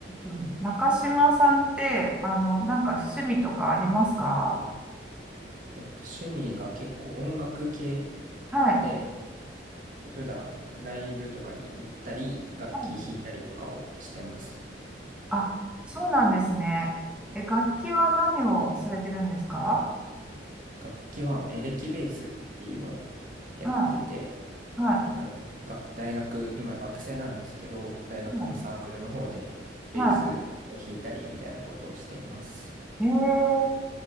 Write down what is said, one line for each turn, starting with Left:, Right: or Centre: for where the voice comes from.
Centre: うん中島さんって、あの、なんか趣味とかありますか
Right: えっと、趣味が結構音楽系
Centre: はい。
Right: で、えっと普段ライブとかに行ったり、楽器弾いたりとかをしてます。
Centre: はい。あ、そうなんですね。え、楽器は何をされてるんですか
Right: 楽器はエレキベースっていうのをやってて、
Centre: はい。はい。
Right: あの、が大学、今学生なんですけど、大学のサークルの方でベースを弾いたりみたいなことをしています。
Centre: はい。はい。え